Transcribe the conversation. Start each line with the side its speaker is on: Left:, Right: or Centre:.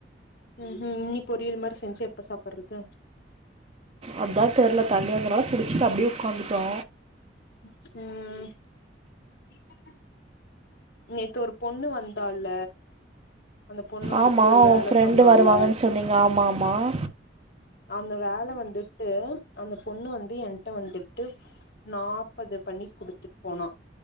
Left: உ உ இனிமே பொரியல் மாரி செஞ்சு எப்ப சாப்பிடுறது
Right: அதா தெர்ல தண்ணி வந்தனாலா புடிச்சிட்டு அப்டியே உக்காந்துட்டோ
Left: <unintelligible> நேத்து ஒரு பொண்ணு வந்தால அந்த பொண்ணு வந்து
Right: ஆமாம்
Left: கூடி ஒரு
Right: உன்
Left: வேல
Right: ஃப்ரெண்டு
Left: சொன்னால்ல
Right: வருவாங்கன்னு சொன்னீங்க ஆமாம் ஆமாம்
Left: அந்த வேல வந்துரு ட்டு அந்த பொண்ணு வந்து என்ட்ட வந்துட்டு நாப்பது பண்ணி குடுத்துட் போனா